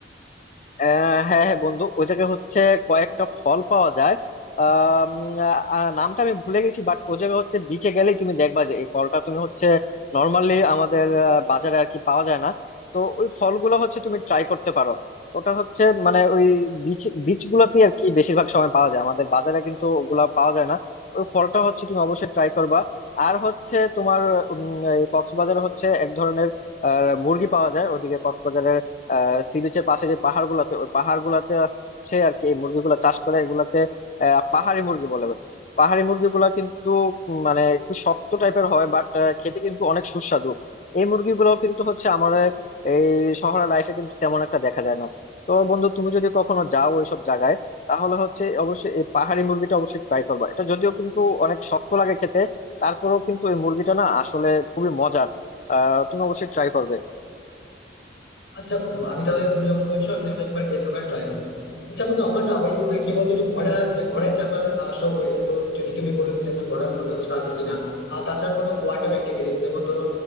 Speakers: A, on the left; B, on the left.
A: আহ হ্যাঁ হ্যাঁ বন্ধু ওই জায়গায় হচ্ছে কয়েকটা ফল পাওয়া যায় আহ উম, আহ, নামটা আমি ভুলে গেছি বাট ওই জায়গায় হচ্ছে বিচে গেলেই তুমি দেখবা যে এই ফলটা তুমি হচ্ছে নর্মালি আমাদের আহ, বাজারে আর কি পাওয়া যায় না তো ওই ফলগুলো হচ্ছে তুমি ট্রাই করতে পারো ওটা হচ্ছে মানে ওই বিচ বিচ গুলাতেই আর কি বেশিরভাগ সময় পাওয়া যায় আমাদের বাজারে কিন্তু ওগুলা পাওয়া যায় না ওই ফলটা হচ্ছে তুমি অবশ্যই ট্রাই করবা আর হচ্ছে তোমার উম, এই কক্সবাজারে হচ্ছে এক ধরনের আহ, মুরগি পাওয়া যায় ওদিকে কক্সবাজারে সি বিচের পাশে যে পাহাড় গুলাতে ওই পাহাড় গুলাতে আসছে আর কি এই মুরগিগুলা চাষ করে এগুলাকে আহ, পাহাড়ি মুরগি বলে পাহাড়ি মুরগিগুলা কিন্তু উম, মানে একটু শক্ত টাইপের হয় বাট খেতে কিন্তু অনেক সুস্বাদু এই মুরগিগুলো কিন্তু হচ্ছে আমার এই শহরের লাইফে কিন্তু তেমন একটা দেখা যায় না তো বন্ধু তুমি যদি কখনো যাও ওইসব জায়গায় তাহলে হচ্ছে অবশ্যই এই পাহাড়ি মুরগিটা অবশ্যই ট্রাই করবা এটা যদিও কিন্তু অনেক শক্ত লাগে খেতে তারপরেও কিন্তু এই মুরগিটা না আসলে খুবই মজার আহ তুমি অবশ্যই ট্রাই করবে
B: আচ্ছা বন্ধু আমি তাহলে তুমি যখন বলছো আমি তাহলে একবার গেলে ওখানে ট্রাই করবো আচ্ছা বন্ধু আমার না ওই মানে কি বলতো একটু ঘোড়া চে- ঘোড়ায় চাপার আহ, শখ রয়েছে তো যদি তুমি বলো যে সেখানে ঘোড়ার কোনো ব্যবস্থা আছে কিনা আর তাছাড়া কোনো ওয়াটার অ্যাক্টিভিটি যেমন ধরো